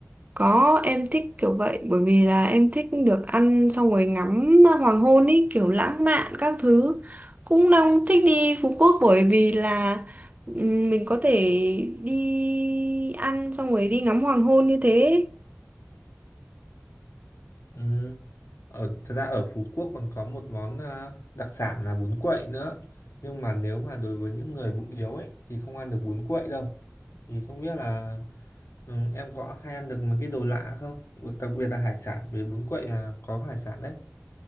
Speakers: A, on the right (about 35°); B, on the left (about 70°).
A: Có em thích kiểu vậy bởi vì là em thích được ăn xong rồi ngắm hoàng hôn ý kiểu lãng mạn các thứ cũng đang thích đi Phú Quốc bởi vì là ừ, mình có thể đi ăn xong rồi đi ngắm hoàng hôn như thế
B: ừ. ở thật ra ở Phú Quốc còn có một món ờ, đặc sản là bún quậy nữa nhưng mà nếu mà đối với những người bụng yếu ấy thì không ăn được bún quậy đâu thì không biết là ừ, em có hay ăn được mấy cái đồ lạ không đặc biệt là hải sản vì bún quậy là có hải sản đấy